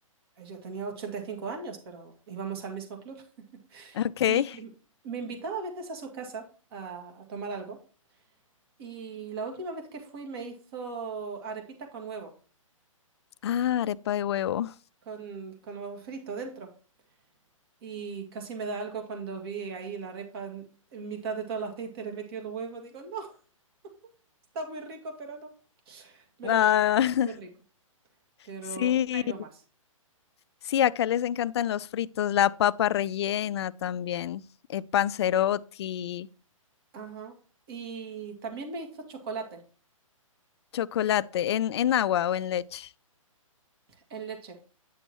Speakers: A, on the right; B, on the left.
A: ella tenía 85 años, pero íbamos al mismo club. <laughs>
B: <laughs> Ok.
A: Y me invitaba a veces a su casa a, a tomar algo. Y la última vez que fui me hizo arepita con huevo,
B: Ah, arepa de huevo.
A: con, con huevo frito dentro. Y casi me da algo cuando vi ahí la arepa en en mitad de todo el aceite, le metió el huevo. Digo, no, <laughs> está muy rico, pero no. Me
B: Ah,
A: lo comí, estaba
B: <laughs>
A: muy rico. Pero
B: sí.
A: una y no más.
B: Sí, acá les encantan los fritos, la papa rellena también, eh, panzerotti,
A: Ajá. Y también me hizo chocolate
B: chocolate, en, en agua o en leche.
A: en leche.